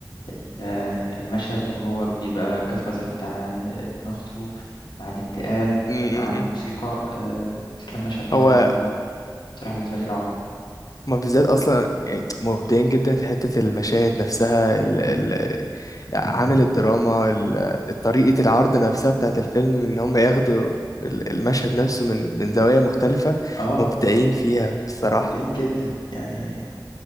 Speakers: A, on the left (about 90°); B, on the left (about 50°).
A: ال المشهد وهو بيبقى الgodfather بتاع ابن أخته، مع الانتقام،
B: م- م-
A: مع الموسيقى،
B: م.
A: آآ الكام مشهد دول
B: هو
A: بصراحة بالنسبة لي روعة.
B: هما بالذات اصلا يعني مبدعين جدا في حته المشاهد نفسها ال ال عامل الدراما ال- طريقه العرض نفسها بتاعت الفيلم ان هم ياخدوا ال- المشهد نفسه من من زوايا مختلفه
A: آه،
B: مبدعين فيها بصراحه
A: مبدعين جدًا، يعني